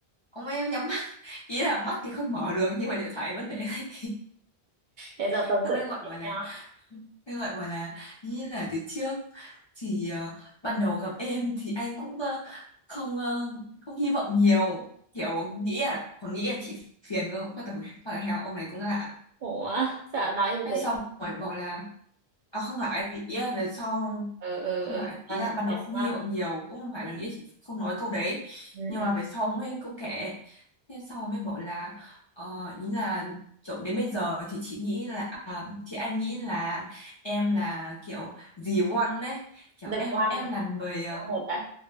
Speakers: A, on the left (about 40°); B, on the right (about 60°).
A: ông ấy nhắm mắt <laughs> ý là mắt thì không mở được nhưng mà điện thoại vẫn để đấy.
B: thế giờ tâm
A: ông
B: sự
A: ấy <laughs> gọi
B: nói
A: bảo
B: chuyện
A: là
B: nhau
A: Thế gọi bảo là như là từ trước thì ờ, ban đầu gặp em thì anh cũng ờ, không ờ, không hy vọng nhiều kiểu nghĩ à còn nghĩ là chị phiền cơ không quan tâm một con là heo ông này cũng lạ
B: ủa dạ nói như
A: thế
B: thế
A: xong rồi bảo là à không phải ý là về sau
B: ừ ừ
A: không
B: ừ
A: phải ý
B: con
A: là
B: này
A: ban đầu
B: biết
A: không
B: quá
A: hy vọng nhiều cũng không phải là
B: ừ
A: nghĩ chị không nói câu đấy
B: ừ
A: nhưng
B: ừ
A: mà về sau mới cũng kệ thế sau mới bảo là ờ, ý là kiểu đến bây giờ thì chị nghĩ là à, thì anh nghĩ là em là kiểu dì One đấy kiểu
B: được
A: em
B: quan
A: em
B: là
A: là người ờ
B: có một đã